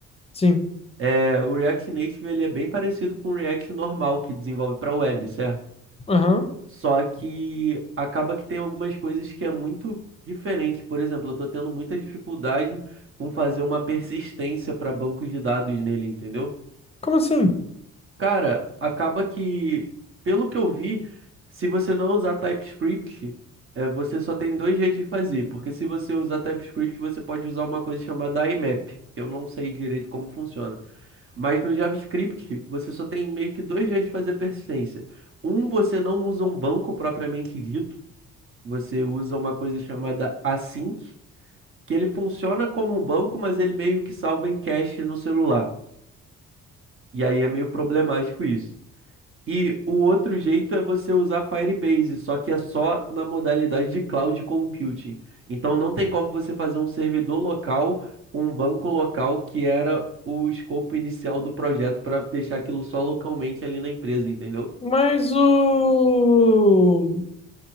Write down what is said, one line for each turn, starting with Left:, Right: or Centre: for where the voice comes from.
Left: sim.
Right: É, o React Native ele é bem parecido com o React normal que desenvolve para web, certo?
Left: Aham.
Right: Só que acaba que tem algumas coisas que é muito diferente. Por exemplo, eu estou tendo muita dificuldade com fazer uma persistência para bancos de dados nele, entendeu?
Left: Como assim?
Right: Cara, acaba que, pelo que eu vi, se você não usar TypeScript, é, você só tem dois jeitos de fazer, porque se você usar TypeScript, você pode usar uma coisa chamada IMAP, que eu não sei direito como funciona. Mas no JavaScript, você só tem meio que dois jeitos de fazer persistência. Um, você não usa um banco propriamente dito, você usa uma coisa chamada async, que ele funciona como um banco, mas ele meio que salva em cache no celular. E aí é meio problemático isso. E o outro jeito é você usar Firebase, só que é só na modalidade de cloud computing. Então não tem como você fazer um servidor local com um banco local que era o escopo inicial do projeto para deixar aquilo só localmente ali na empresa, entendeu?
Left: Mas o.